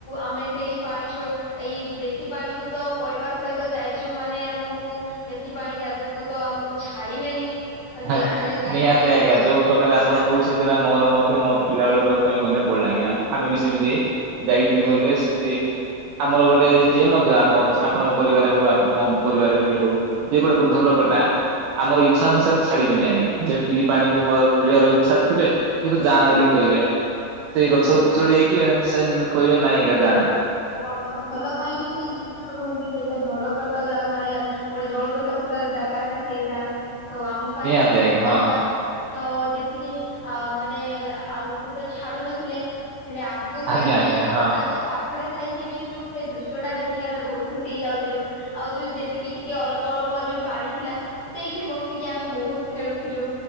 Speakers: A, on the left; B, on the right.
A: ଆମେ ସେଇ ପାଣେଛ ଏଇ ବେଶୀ ପାଣିକୁ ତ ପରିବାର ସହିତ ଯାଇଚୁ ମାନେ ଆମକୁ ବେଶୀ ପାଣି ଜାଗାକୁ ତ ଆମ କୁ ଛାଡିବେନି। ଆଉ
B: ହଁ
A: ଯେ ମାନେ କାହିଁକି
B: ନିହାତି
A: ନା
B: ଆଜ୍ଞା
A: ଜଳ
B: ଯୋଉ ପ୍ରକାରେ ଆପଣ କୋହୁଛନ୍ତି ନା ମୋର ମଧ୍ଯ ପିଲାବେଳର କଥା ବି ମନେ ପଡିଲା ଆଜ୍ଞା ଆମ ଆମେ ବି ସେମିତି ଯାଇଥିଲୁ
A: ଆଜ୍ଞା
B: ବୋଲେ
A: ଆଜ୍ଞା
B: ସେମିତି ଆମର ଗୋଟେ ଯିଏ ମଧ୍ୟ ଆମ ଆପଣଙ୍କ ପରିବାରରେ ହୋଉ ଆ ମୋ ପରିବାରରେ ବି ହୋଉ ଯିଏ ଗୋଟେ ବୃଦ୍ଧ ଲୋକୋ ଟା ଆମର ଇଚ୍ଛା ଅନୁସାରେ ଛାଡିବେନି ଆଜ୍ଞା ଯେମିତି କିି
A: ଆଜ୍ଞା
B: ପାଣିକୁ ମୋର ଖେଳିବାର ଇଚ୍ଛା ଥିବେ କି ତୁ ଯାନା
A: ଆଜ୍ଞା
B: ବୋଲି କହିବେ ସେଇ ଗଛ
A: ଆଜ୍ଞା
B: ଉପୁରୁ ଚଢି ଯାଇଥିବେ ସେ କହିବେ ନାଇଁ ଆଜ୍ଞା ଯାନା
A: ଆଉ ଆମର ଭଲ ପାଇଁ ବି ସେଇ ଜିନିଷ ଟା କୁହନ୍ତି ସେଇଟା ଜଳପ୍ରତ ଯାଗା ମାନେ ଗୋଟେ ଜଳପ୍ରତ ପତ ଜାଗା ଟା ସେଇଟା ତ ଆମ ପାଇଁ
B: ନିହାତି
A: ଅସୁବିଧା
B: ଆଜ୍ଞା ହଁ
A: ତ ଯେତିକି ଆଁ ମାନେ ଆଗୁକୁ ତ ଛାଡୁ ନଥିଲେ। ହେଲେ ଆଗୁ ମାନେ
B: ଆଜ୍ଞା
A: ଆମେ
B: ଆଜ୍ଞା ହଁ
A: ତାଙ୍କ ପା ପାଖରେ ଥାଇକି ବି ଯୋଉ ସେଇ ଦୃଶ୍ୟ ଟା ଦେଖିକି ଆମେ ବୋହୁତ ଖୁସି ହେଇଯାଉଥିଲୁ ଆଉ ଯୋଉ ଯେତିକି ଟିକେ ଅଳ୍ପ ଅଳ କ ଯୋଉ ପାଣି ଥିଲା ସେଇଠି ବସିକି ଆମେ ବୋହୁତ ଖେଳୁଥିଲୁ।